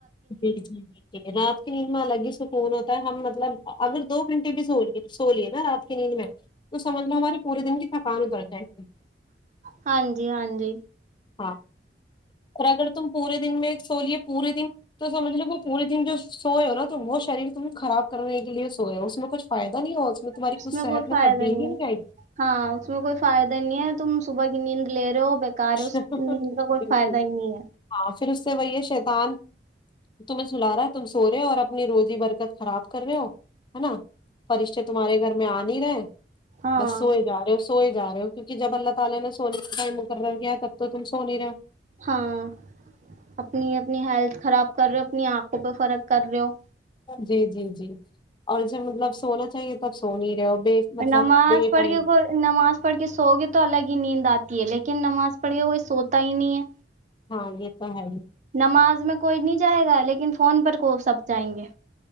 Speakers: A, on the left; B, on the right.
A: جی جی ایک رات نیند میں الگ ہی سکون ہوتا ہے ہم مطلب اگر دو گھنٹے بھی س سو لیے نا رات کی نیند میں تو سمجھ لو ہمارے پورے دن کی تھکان اتر جائے گی
B: ہاں جی ہاں جی
A: ہاں اور اگر تم پورے دن میں سو لیے پورے دن تو سمجھ لو وہ پورے دن جو سوئے ہو نا تو وہ شریر تم خراب کرنے کے لیے سوئے ہو اس میں کچھ فائدہ نہیں ہو میں تمہاری
B: اس
A: کچھ
B: میں
A: صحت
B: کوئی فائدہ
A: تبدیلی
B: نہیں ہے
A: آئے
B: ہاں اس میں کوئی فائدہ نہیں ہے تم صبح کی نیند لے رہے ہو بکار
A: گی
B: ہے اس نیند کا کوئی
A: بالکل
B: فائدہ ہی نہیں ہے
A: ہاں پھر اس سے وہی ہے شیتان تمہیں سلا رہا ہے تم سو رہے ہو اور اپنی روزی برکت خراب کر رہے ہو ہے نا فرشتے تمہارے گھر میں آ نہیں رہے
B: ہاں
A: بس سوئے جا رہے ہو سوئے جا رہے کیونکہ جب اللہ تالی نے سو بھ کرر گیا تب تو تم سو نہیں رہے ہو
B: ہاں اپنی اپنی ہیلتھ خراب کر رہے ہو اپنی آنکھوں پہ فرق کر رہے ہو
A: جی جی جی اور جب مطلب سونا چاہیے تب سو نہیں رہے بے مطلب
B: نماز
A: بے
B: پڑھ
A: ٹائم
B: کے نماز پڑھ کے سو گئے تو الگ ہی نیند آتی تی ہے لیکن نماز پڑھیے کوئی سوتا ہی نہیں ہے
A: ہاں یہ تو ہے ہی
B: نماز میں کوئی نہیں جائے گا لیکن فون پر کو سب جائیں گے